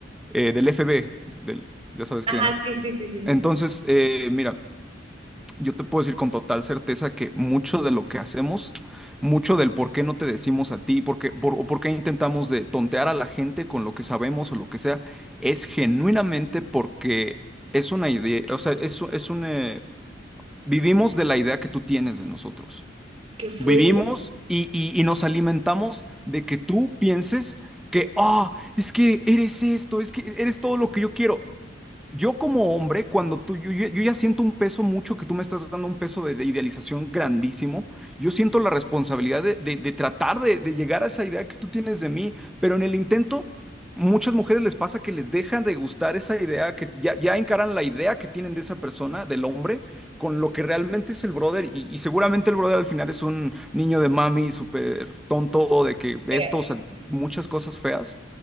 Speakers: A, in the centre; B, on the right (about 30°).
A: eh, del F B del, ya sabes
B: Ajá,
A: qué, ¿no?
B: sí, sí, sí, sí, sí,
A: Entonces,
B: sí.
A: eh, mira, yo te puedo decir con total certeza que mucho de lo que hacemos, mucho del por qué no te decimos a ti, por qué- por- o por qué intentamos de tontear a la gente con lo que sabemos o lo que sea, es genuinamente porque es una idea, o sea, es, u- es un... eh, vivimos de la idea que tú tienes de nosotros.
B: Que fue
A: Vivimos y, y- y nos alimentamos de que tú pienses que, ah, es que eres esto, es que eres todo lo que yo quiero. Yo como hombre, cuando tú, yo, yo- yo ya siento un peso mucho, que tú me estás dando un peso de, de idealización grandísimo, yo siento la responsabilidad de, de- de tratar de, de llegar a esa idea que tú tienes de mí, pero en el intento, muchas mujeres les pasa que les dejan de gustar esa idea, que ya, ya encaran la idea que tienen de esa persona, del hombre, con lo que realmente es el brother, y, y seguramente el brother al final es un niño de mami súper tonto, de que esto,
B: mega,
A: o sea, muchas cosas feas,